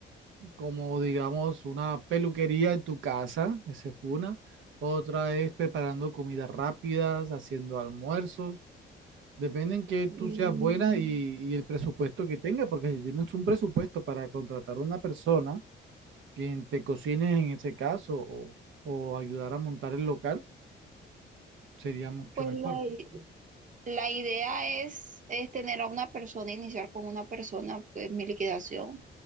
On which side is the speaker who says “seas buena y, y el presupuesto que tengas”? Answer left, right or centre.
Right